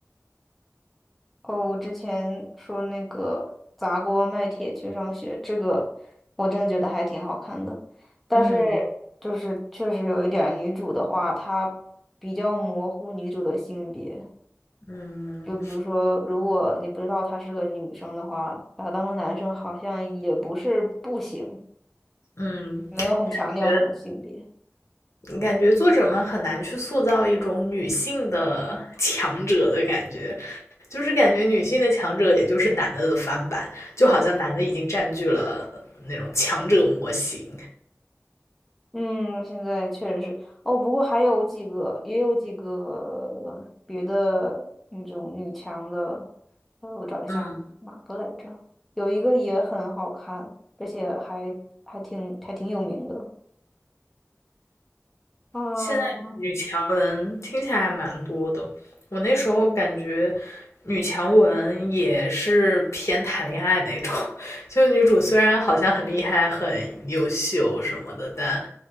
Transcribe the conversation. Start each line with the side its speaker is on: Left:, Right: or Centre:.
Centre: 哦，我之前说那个砸锅卖铁去上学，这个我真的觉得还挺好看的，但是
Left: 嗯
Centre: 就是确实有一点儿女主的话，她比较模糊女主的性别。
Left: 嗯
Centre: 就比如说，如果你不知道她是个女生的话，把她当成男生好像也不是不行，
Left: 嗯，
Centre: 没有很强调她的性别。
Left: 感觉感觉作者们很难去塑造一种女性的 <laughs> 强者的感觉，就是感觉女性的强者也就是男的的翻版，就好像男的已经占据了那种强者模型。
Centre: 嗯，现在确实是哦，不过还有几个，也有几个别的那种女强的，呃，我找一下哪个来着？
Left: 嗯。
Centre: 有一个也很好看，而且还还挺还挺有名的。啊，
Left: 现在女强文听起来还蛮多的，
Centre: 哦
Left: 我那时候感觉女强文也是偏谈恋爱那种，就女主虽然好像很厉害、很优秀什么的，但